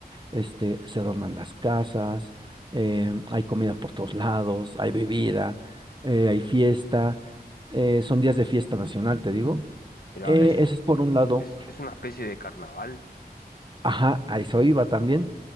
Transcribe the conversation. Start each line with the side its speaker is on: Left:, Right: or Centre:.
Right: este, se adornan las casas, em, hay comida por todos lados, hay bebida, eh, hay fiesta, eh, son días de fiesta nacional, te digo.
Left: Mira,
Right: Eh,
Left: es,
Right: ese es por un lado.
Left: es, es una especie de carnaval.
Right: Ajá, a eso iba también.